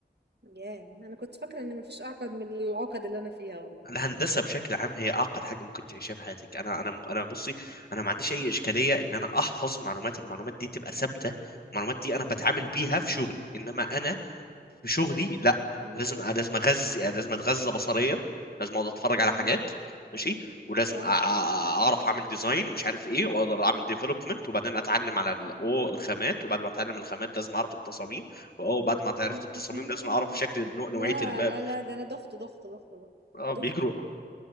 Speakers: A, on the right; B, on the left.
A: ياه انا كنت فاكرة ان مفيش اعقد من العقد اللي انا فيها والله
B: الهندسه بشكل عام هي اعقد حاجه ممكن تعيشها في حياتك انا انا انا بصي انا ما عنديش اي اشكاليه ان انا احفظ معلومات المعلومات دي تبقى ثابته المعلومات دي انا بتعامل بيها في شغلي انما انا بشغلي لا
A: مم.
B: لازم لازم اغذي لازم اتغذى بصريا لازم اقعد اتفرج على
A: مم.
B: حاجات ماشي ولازم
A: اه
B: أ- أ- اعرف اعمل ديزاين ومش عارف ايه واقدر اعمل ديفلوبمنت وبعدين اتعلم على الاو الخامات وبعد ما اتعلم الخامات لازم اعرف التصاميم وبعد ما عرفت
A: إمم.
B: التصاميم لازم اعرف شكل نوع- نوعية
A: ياه!
B: الباب
A: لا، لا، ده أنا دُخت، دُخت، دُخت، دُخت،
B: اه بيجروا
A: دُخت والله.